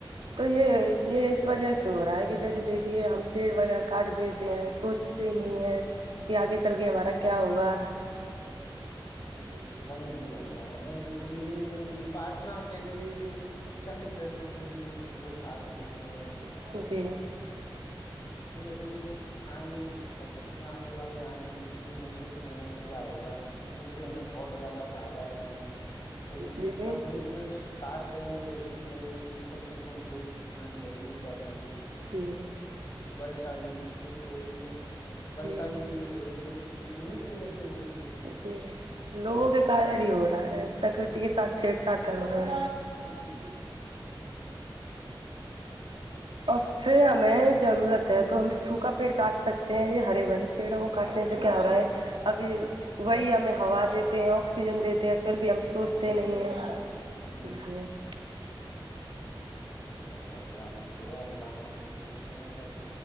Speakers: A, on the right; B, on the left.
A: تو یہ یہ <unintelligible> اس وجہ سے ہو رہا ہے کہ جیسے دیکھیے ہم پیڑ وغیرہ کاٹ دیتے ہیں سوچتے ہی نہیں ہیں کہ آگے
B: جی
A: چل
B: جی
A: کے ہمارا کیا ہوگا
B: جی ون جیوق بیان میں ان کو لیے ان کاٹنا چاہیے یہ چند پیسوں کے لیے کچھ لوگ کاٹ دیتے ہیں
A: <unintelligible>
B: یہ اپنے آگے بوشیہ میں آنے والے آنگے یہے نہیں سوچ رہے ہیں کیا ہوگا ان سے ہمیں بہت زیادہ فائدہ ہے لیکن
A: جی
B: اب ایک پی کاٹ رہے ہیں تو اس کی جہ کم سے کم دو پیڑ لڑنی چاہیے
A: ٹھیک ہے
B: برس ابھی لیٹ ہو رہی ہے بس
A: جی
B: ا بھیھی لیٹ ہو رہی ہے تو اس انیں کی وجہ سے ہو رہی ہے
A: جی لوگوں کے کارن ہی ہو رہا ہے پرکرتی کے سات چھی چھاڑ کر ل گ
B: جی جی <unintelligible>
A: اور پھر ہمیں ضرورت ہے تو ہم سوکھا پیڑ کاٹ سکتے ہیں یہ ہرے بھرے پیڑوں کو کاٹنے سے
B: جی
A: کیا ہو رہا ہے ابھی وہی ہمیں ہوا دیتے ہیں آکسیجن دیتے ہیں پھر بھی ہم سوچتے
B: آکسیجن
A: نہیں
B: دیتے
A: ہیں
B: ہیں جی جی
A: ج
B: سب اللہ کی وہ ہے اللہ ممی دیکھتی ہیں سب